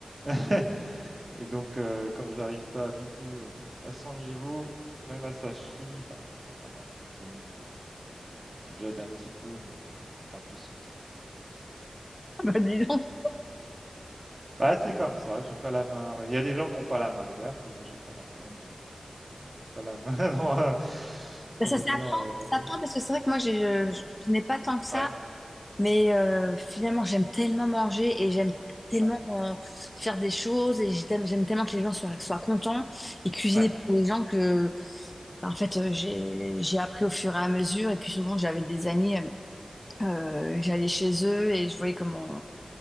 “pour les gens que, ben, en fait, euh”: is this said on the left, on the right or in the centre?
Left